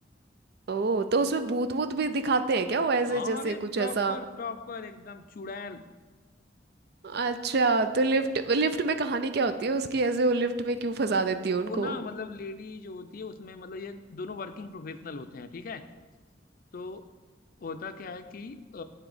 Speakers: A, on the right; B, on the left.
A: ओ तो उसमें भूत भूत भी दिखाते हैं क्या वो ऐसे
B: हाँ
A: जैसे
B: अरे
A: कुछ
B: प्रॉपर
A: ऐसा
B: प्रॉपर एकदम चुड़ैल
A: अच्छा तो लिफ्ट लिफ्ट में कहानी क्या होती है उसकी ऐसे वो लिफ्ट में क्यों फंसा देती है उनको
B: वो ना मतलब लेडी जो होती है उसमें मतलब ये दोनों वर्किंग प्रोफेशनल होते हैं ठीक है तो होता क्या है कि अ,